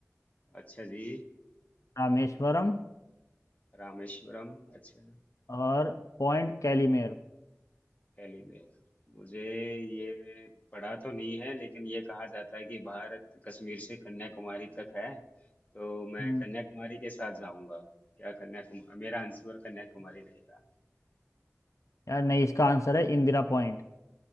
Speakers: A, on the left (about 30°); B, on the left (about 75°).
A: अच्छा जी
B: रामेश्वरम
A: रामेश्वरम अच्छा
B: और पॉइंट कैलीमेर
A: टेलीग्राम मुझे ये पढ़ा तो नहीं है लेकिन ये कहा जाता है कि भारत कश्मीर से कन्याकुमारी तक है तो मैं
B: हम्म
A: कन्याकुमारी के साथ जाऊंगा क्या कन्याकुमारी मेरा आंसर कन्याकुमारी रहेगा
B: यार नहीं इसका आंसर है Indira point